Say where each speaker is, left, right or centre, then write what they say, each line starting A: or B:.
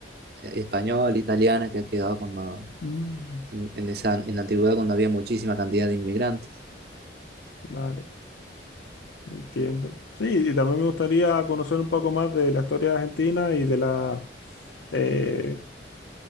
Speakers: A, on the right (about 55°); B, on the left (about 80°).
A: español, italiana, que ha quedado cuando,
B: Mm,
A: en, en esa, en la antigüedad cuando había muchísima cantidad de inmigrantes.
B: vale. Entiendo. Sí, y también me gustaría conocer un poco más de la historia de argentina y de la eh,